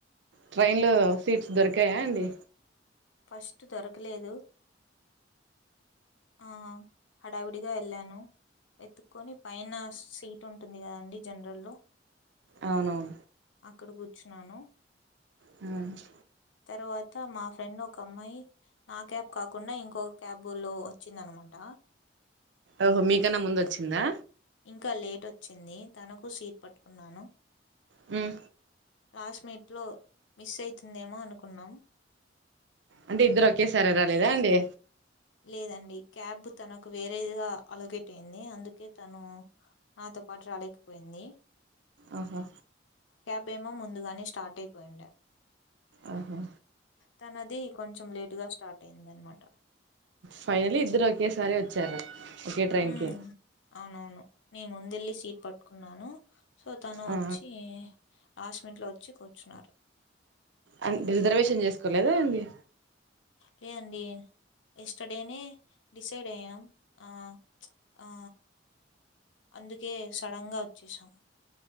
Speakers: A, on the right; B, on the left.
A: ట్రైన్లో సీట్స్ దొరికాయా అండి
B: ఫస్ట్ దొర్కలేదు. ఆ హడావిడిగా ఎళ్ళాను వెత్తుకొని పైన సీట్ ఉంటుంది కదా అండి జనరల్లో
A: అవునవు
B: అక్కడ కూర్చున్నాను.
A: మ్
B: తర్వాత మా ఫ్రెండ్ ఒక అమ్మాయి నా క్యాబ్ కాకుండా ఇంకొక క్యాబులో వచ్చిందన్నమాట
A: ఓహో మీకన్న ముందోచ్చిందా
B: ఇంకా లేట్ వచ్చింది తనకు సీట్ పట్టుకున్నాను.
A: మ్
B: లాస్ట్ మినిట్లో మిస్ అయితుందేమో అనుకున్నాం.
A: అంటే ఇద్దరు ఒకేసారి రాలేదా అండి
B: లేదండి క్యాబ్ తనకు వేరేదిగా అలొగేట్ అయింది అందుకే తను నాతో పాటు రాలేకపోయింది.
A: ఆహా
B: భీమ ముందుగానే స్టార్ట్ అయిపోయిండు
A: ఆహో
B: తన అది కొంచెం లేటు గా స్టార్ట్ అయింది అనమాట
A: ఫైనలీ ఇద్దరు ఒకేసారి వచ్చారు ఒకే ట్రైన్
B: హ
A: కి
B: అవునవును నేను ముందెల్లి స్కూల్ ఇ పట్టుకున్నాను సో తను
A: ఆ
B: వచ్చి లాస్ట్ మినిట్ వచ్చి కూర్చున్నారు.
A: అం రిజర్వేషన్ చేసుకోలేదా ఏంది
B: లేదండి ఎస్టర్డేనే డిసైడ్ అయ్యాం ఆ ఆ అందుకే సడన్గా వచ్చేసాం